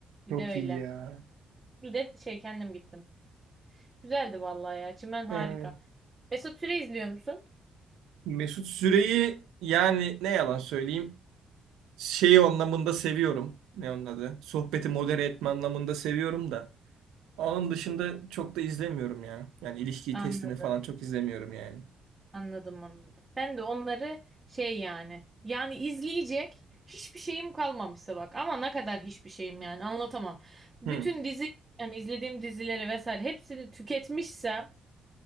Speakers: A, on the right; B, on the right.
A: Bir
B: Çok
A: de öyle.
B: iyi ya.
A: Bir de şey kendim gittim. Güzeldi vallahi ya. Çimen harika.
B: Evet.
A: Mesut Süre izliyor musun?
B: Mesut Süre'yi yani ne yalan söyleyeyim şeyi anlamında seviyorum. Ne onun adı? Sohbeti modere etme anlamında seviyorum da. Onun dışında çok da izlemiyorum ya. Yani ilişki
A: Anladım,
B: testini falan çok izlemiyorum yani.
A: anladım, anladım. Ben de onları şey yani. Yani izleyecek hiçbir şeyim kalmamışsa bak. Ama ne kadar hiçbir şeyim yani anlatamam. Bütün
B: Hı.
A: dizi yani izlediğim dizileri vesaire hepsini tüketmişsem